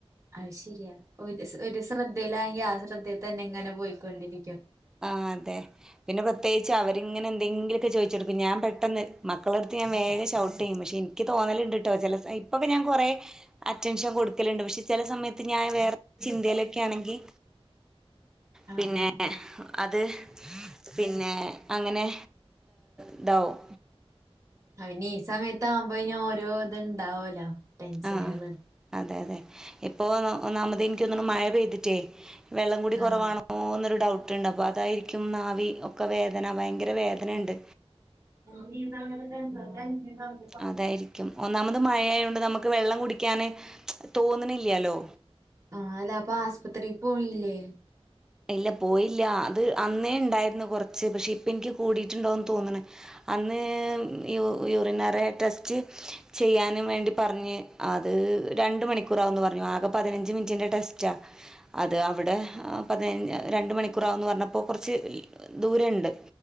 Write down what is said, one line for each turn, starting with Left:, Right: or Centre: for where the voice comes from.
Right: അത് ശരിയാ ഒരു ഒരു ശ്രദ്ധയിലാെങ്കിൽ ആ ശ്രദ്ധയിൽ തന്നെ എങ്ങനെ പോയിക്കൊണ്ടിരിക്കും
Centre: ആ അതെ പിന്നെ പ്രത്യേകി അവരിങ്ങനെ എന്തെങ്കിലൊക്കെ ചോദിച്ചെടുക്ക ഞാൻ പെട്ടെന്ന് മക്കളെടുത്ത് ഞാൻ വേഗം ഷൗട്ട് ചെയ്യും പക്ഷേ ഇ എനിക്ക് തോന്നൽണ്ട് കേട്ടോ ചില ഇപ്പോക്കെ ഞാൻ കുറെ അറ്റൻഷൻ കൊടുക്കലുണ്ട് പക്ഷെ ചില സമയത്ത് ഞാൻ വേറെ ചിന്തയിലൊക്കെ ആണെങ്കിൽ
Right: ആഹ്
Centre: പിന്നെ
Right: ആഹ്
Centre: അത് പിന്നെ അങ്ങനെ ഇതാകും
Right: അയിന് ഈ സമയത്ത ആകുമ്പോ ഇ ഓരോ ഇത് ഇണ്ടാവലോ ടെൻഷനുകള്
Centre: ആ അതെ അതെ ഇപ്പൊ ഒന്നാമത് എനിക്ക് തോന്നുന്നത് മഴ പെയ്തിട്ടേ വെള്ളം കൂടി കുറവാണോ
Right: ആഹ്
Centre: ഓന്നൊരു ഡൗട്ട്ണ്ട് അപ്പൊ അതായിരിക്കും നാവി ഒക്കെ വേദന ഭയങ്കര വേദനുണ്ട്
Right: <unintelligible>
Centre: അതായിരിക്കും ഒന്നാമത് മഴയ കൊണ്ട് നമുക്ക് വെള്ളം കുടിക്കാന് തോന്നണില്ലല്ലോ
Right: ആഹ അല്ലെ അപ്പൊ ആസ്പത്രിയിൽ പോണില്ലേ
Centre: ഇല്ല പോയില്ല അത് അന്നേ ഉണ്ടായിരുന്നു കുറച്ച് പക്ഷെ ഇപ്പ എനിക്ക് കൂടിയിട്ടുണ്ടോന്ന് തോന്നണ അന്നേ യു യൂറിനറ ടെസ്റ്റ് ചെയ്യാനും വേണ്ടി പറഞ്ഞ് അത് രണ്ട് മണിക്കൂറ് ആവന്ന് പറഞ്ഞു ആകെ പതിനഞ്ച് മിനിറ്റിന്റെ ടെസ്റ്റാ
Right: ഉ
Centre: അത് അവിടെ അഹ് പതിനഞ് രണ്ട് മണിക്കൂറാഊന്ന് പറഞ്ഞപ്പോ കുറച്ച് ദൂരണ്ട്